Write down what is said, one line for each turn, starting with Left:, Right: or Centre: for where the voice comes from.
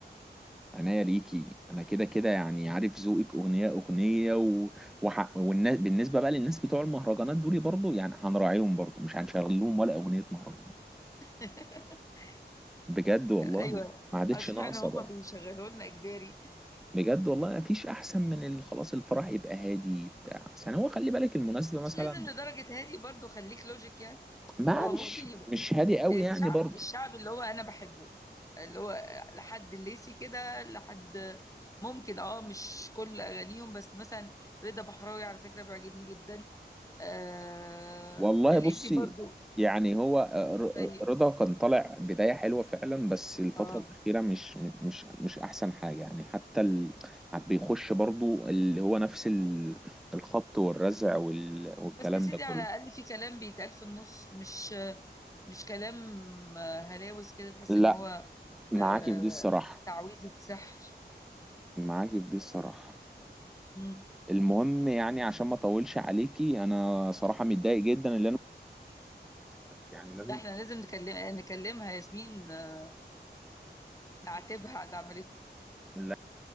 Centre: عناية ليكي انا كده كده يعني عارف ذوقك اغنيه اغنيه و... وح... والناس بالنسبه بقى للناس بتوع المهرجانات دول برضو يعني هنراعيهم برضو مش هنشغل لهم ولا اغنيه مهرجانات
Left: <laughs>
Centre: بجد والله
Left: أيوه
Centre: ما عادتش
Left: اشمعنى
Centre: ناقصه
Left: هم
Centre: بقى
Left: بيشغلوا لنا إجباري
Centre: بجد والله مفيش احسن من ال- خلاص الفرح يبقى هادي بتاع عشان هو خلي بالك المناسبة مثلا
Left: مش لازم لدرجة هادي برضو خليك لوجيك يعني
Centre: ما
Left: هو
Centre: هو مش
Left: ممكن يبقى
Centre: مش هادي قوي
Left: الشعبي
Centre: يعني برضه
Left: الشعبي اللي هو انا بحبه اللي هو لحد الليسي كده لحد ممكن اه مش كل اغانيهم بس مثلا رضا بحراوي على فكره بيعجبني جدا آه
Centre: والله
Left: الليسي
Centre: بصي
Left: برضو
Centre: يعني هو آه، ر-
Left: طيب
Centre: ر- رضا كان طالع بداية حلوة فعلا بس الفترة
Left: اه
Centre: الأخيرة مش مش مش أحسن حاجة يعني حتى ال... بيخش برضه اللي هو نفس ال- الخبط والرزع وال... والكلام
Left: بس يا سيدي
Centre: ده كله
Left: على الاقل في كلام بيتقال في النص مش مش كلام آه، هلاوس كده تحس
Centre: لا
Left: ان هو
Centre: معاكي
Left: آه
Centre: في دي الصراحة
Left: تعويذه سحر
Centre: معاكي في دي الصراحة
Left: مم.
Centre: المهم يعني عشان ما اطولش عليكي انا صراحة متضايق جدا اللي انا يعني لازم
Left: ده احنا لازم نكلم نكلمها ياسمين آه، نعاتبها على اللي عملته
Centre: لا